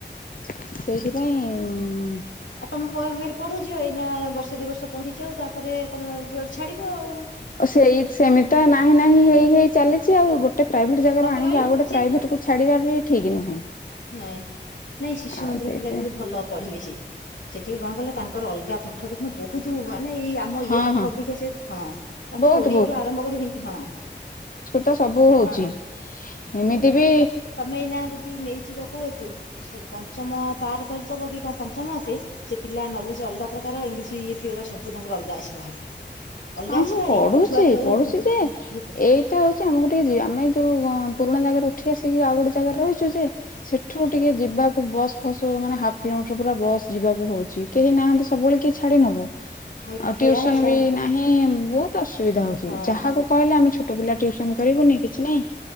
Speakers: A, on the left; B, on the left.
A: ସେଇଥିପାଇଁ
B: ଆଉ ତମଖରେ ପଢୁଛ ଏଇନା ବର୍ଷେ ଦି ବର୍ଷ ପଢିଚ ଆଉ ତାପରେ ତମେ ଯୁଆଡେ ଛାଡିବ ଆଉ।
A: ଓ ସେଇ ସେମିତି ତ ନାହିଁ ନାହିଁ ହେଇ ହେଇ ଚାଲିଛି ଆଉ ଗୋଟେ ଗୋଟ ପ୍ରାଇଭେଟ ଜାଗାରୁ
B: କଣ
A: ଆଣିକି
B: ପାଇଁ କହିଲ
A: ଆଉ ଗୋଟ
B: ସିଏ
A: ପ୍ରାଇଭେଟକୁ ଛାଡାର ବି ଠିକ ନୁହେଁ।
B: ନାଇଁ ନାଇଁ ଶିଶୁ
A: ଆଉ
B: ମନ୍ଦିର
A: ସେଇଥିପାଇଁ
B: ପିଲା କିନ୍ତୁ ଭଲ ପଢିବେଶି ସେ ଟିକେ କଣ କଲେ ତାଙ୍କର ଅଲଗା ପାଠ ଦେଖୁିଲୁ ବହୁତ ମାନେ ଏଇ ଆମ
A: ହଁ
B: ଇ ପାଠ
A: ହଁ
B: ଅପେକ୍ଷା ସ ହଁ ତାଙ୍କର
A: ବହୁତ
B: ଓଡିଆଠୁ ଆରମ୍ଭ କରି ହି ହଁ।
A: ତ ସବୁ ହଉଛି
B: ହଁ
A: ଏମିତି ବି
B: ସମୟନା ଯଦି ନେଇଯିବାକୁ ଏତେ ପଞ୍ଚମ ପାର କରିଦବ କି କଣ ପଞ୍ଚମ ଏତେ ସେ ପିଲା ନଲେଜ ଅଲଗା ପ୍ରକାର ଇଂଲିଶ ଇଏ ସବୁ ତାଙ୍କର ଅଲଗା ଆସିବ ଭାରି ଅଲଗା
A: ହଁ
B: ଆସିବ
A: ହଁ
B: ଭାରି
A: ପଢୁଛି
B: ଛୁଆ ଯୋଉ
A: ପଢୁଛି
B: ହଁ
A: ଯେ ଏଇ ସେ ହଉଛି ଆମକୁ ଟିକେ ଯିବା ଆମେ ଯୋଉ ପୁରୁଣା ଜାଗାରେ ଉଠି ଆସିକି ଆଉ ଗୋଟେ ଜାଗାରେ ରହିଛୁ ଯେ ସେଠୁ ଟିକେ ଯିବାକୁ ବସ୍ ଫସ୍ ମାନେ ହାଫ୍ କିଲୋମିଟର ପୁରା ବସ୍ ଯିବାକୁ ହଉଛି କେହି ନାହାନ୍ତି ସବୁବେଳେ କିଏ ଛାଡି ନବ।
B: ମୁଁ ଏଠି
A: ଆଉ
B: ଠିଆ
A: ଟିଉସନ
B: ହେଇଛି
A: ବି
B: ଆଉ
A: ନାହିଁ ବହୁତ ଅସୁବିଧା ହଉଛି
B: ହଁ
A: ଯାହାକୁ କହିଲେ ଆମେ ଛୋଟ ପିଲା ଟିଉସନ କରିବୁନି କିଛି ନାଇଁ